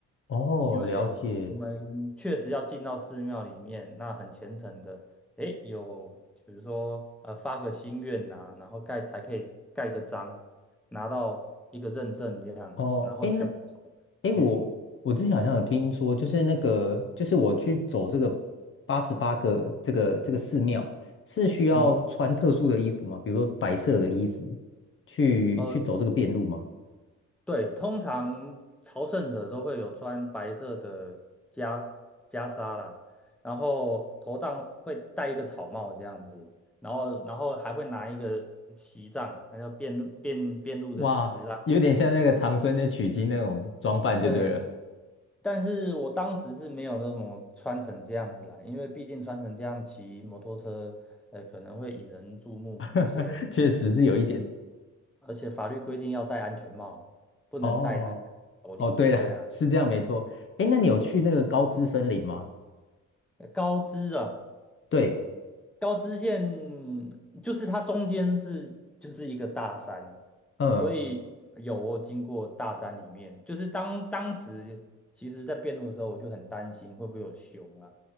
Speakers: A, on the left; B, in the centre.
A: 哦，
B: 因为我们确实要进到寺庙里面，
A: 了解。
B: 那很虔诚的，诶，有比如说呃发个心愿呐、然后盖才可以盖个章，拿到一个认证这样，
A: 哦，
B: 然后全部走完。
A: 哎，那，哎，
B: 诶
A: 我我之前好像有听说，就是那个，就是我去走这个八十八个这个这个寺庙，是需要穿特殊的衣服吗？
B: 嗯。
A: 比如说白色的衣服去去走这个遍路吗？
B: 呃，对，通常朝圣者都会有穿白色的袈袈裟啦，然后头上会戴一个草帽这样子，然后然后还会拿一个旗杖，那叫辩路辩辩路的旗杖。
A: 哇，有点像那个唐僧的取经那种装扮就对了，
B: 对，但是我当时是没有那么穿成这样子啦，因为毕竟穿成这样骑摩托车，呃，可能会引人注目，
A: <laughs>
B: 而且
A: 确实是有一点。
B: 而且法律规定要戴安全帽，不能戴那个斗笠。
A: 哦哦，对了，
B: 对啊，
A: 是这样没错。
B: 嗯
A: 哎，那你有去那个高知森林吗？
B: 高知啊。
A: 对。
B: 高知县就是它中间是就是一个大山，
A: 嗯，
B: 所以有经过大山里面，就是当当时其实在辩路的时候，我就很担心会不会有熊啊，